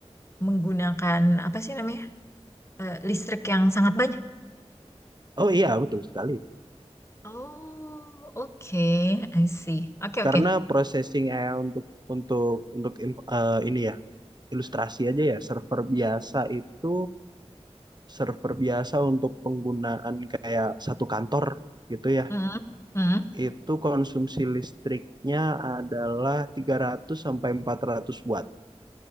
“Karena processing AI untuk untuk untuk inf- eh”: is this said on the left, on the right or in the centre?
Right